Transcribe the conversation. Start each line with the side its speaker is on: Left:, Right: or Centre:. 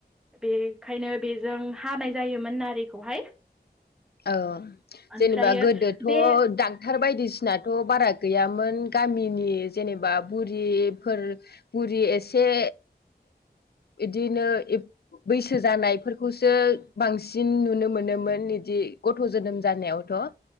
Centre: बेखायनो बेजों हानाय जायोमोन नारिखौहाय।
Left: औ
Centre: ओमफ्रायो
Left: जेनेबा गोदोथ'
Centre: बे
Left: दाग क्टार बायदिसिनाथ' बारा गैयामोन गामिनि जेनेबा बुरिफोर बुरि एसे बिदिनो बैसो जानायफोरखौसो बांसिन नुनो मोनोमोन बिदि गथ' जोनोम जानायावथ'।